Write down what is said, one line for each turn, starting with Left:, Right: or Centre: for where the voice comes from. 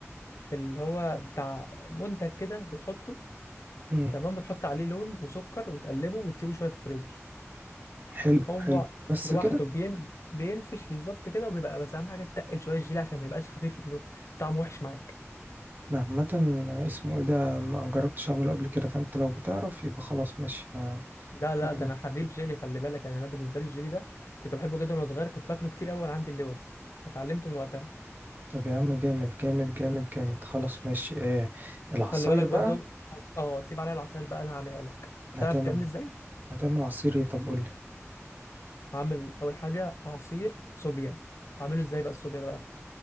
Left: اللي هو بتاع منتج كده بتحطه
Right: امم
Left: تمام بتحط عليه لون وسكر وتقلبه وتسيبه شويه في الفريزر
Right: حلو
Left: هو
Right: حلو بس
Left: لوحده
Right: كده
Left: بين بينفش بالظبط كده وبيبقى بس اهم حاجه تقل شويه الجيلي عشان ما يبقاش خفيف لانه طعمه وحش معاك
Right: انا عامه اسمه ايه ده ما جربتش اعمله قبل كده فانت لو بتعرف يبقى خلاص ماشي آه،
Left: لا لا
Right: نعمل
Left: ده انا حريف جيلي خلي بالك يعني انا بالنسبه لي الجيلي ده كنت بحبه جدا وانا صغير كنت باكله كتير قوي وانا عندي اللوز اتعلمته من وقتها
Right: طب يا عم جامد جامد جامد جامد خلاص ماشي ايه العصاير
Left: وخلي بالك
Right: بقى
Left: برضو هت- اه تسيب عليها العسل بقى انا هعملها لك
Right: هتعمل
Left: تعرف تعمل ازاي؟
Right: هتعمل عصير ايه طب قول لي
Left: هعمل اول حاجه عصير صوبيا اعمله ازاي بقى الصوبيا ده بقى